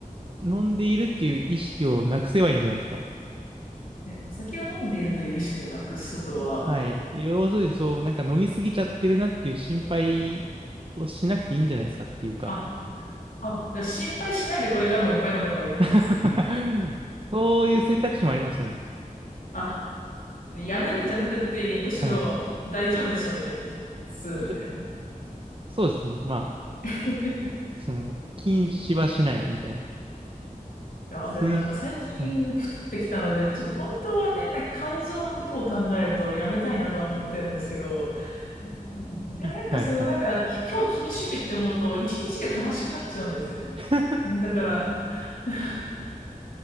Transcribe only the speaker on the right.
飲んでいるっていう意識をなくせばいいんじゃないですか。
はい。要するに、そう、なんか飲みすぎちゃってるなっていう心配をしなくていいんじゃないですかっていうか。
<laughs> そういう選択肢もありますよね。
はい。しそうですね。まあ、
その、禁止はしないみたいな。
推、
はい。
はい、はい。<laughs> 悲